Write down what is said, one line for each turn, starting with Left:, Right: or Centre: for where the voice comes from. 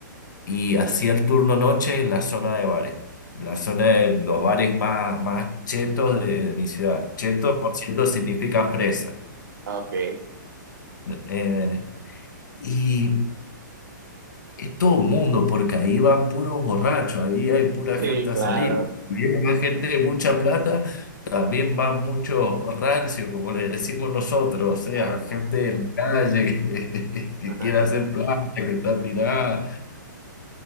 Left: y hacía el turno noche en la zona de bares, en la zona de los bares más, más chetos de, de mi ciudad. Cheto, por cierto, significa fresa.
Right: Ok,
Left: Eh, y es todo mundo, porque ahí van puros borrachos, ahí hay pura
Right: sí,
Left: gente
Right: claro.
Left: a salir. Viene más gente de mucha plata, también va mucho rancio, como le decimos nosotros, o sea,
Right: Ok,
Left: gente de la calle que, <laughs> que
Right: <laughs>
Left: quiere hacer plata, que está tirada.